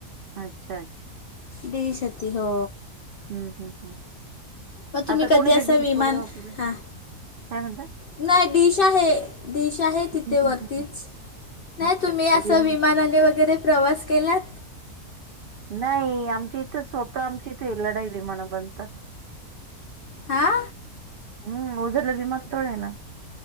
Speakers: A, on the right; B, on the left.
A: अच्छा अच्छा.
B: डिश होती हो.
A: हम्म हम् हम्
B: मग तुम्ही
A: आता
B: कधी
A: कोणी
B: असं
A: ते डिश
B: विमान
A: वगैरे वापरत
B: हां
A: काय म्हणता
B: नाही डिश आहे. डिश आहे
A: हम्म
B: तिथे वरतीच
A: हम्म हम्म
B: नाही
A: अच्छा
B: तुम्ही
A: अच्छा
B: असं
A: विम
B: विमानाने वगैरे प्रवास केल्यात.
A: नाही आमची इथे स्वतः आमची इथे लढाई विमानं बनतात.
B: हा.
A: हम्म ओझरलं विमान तळे ना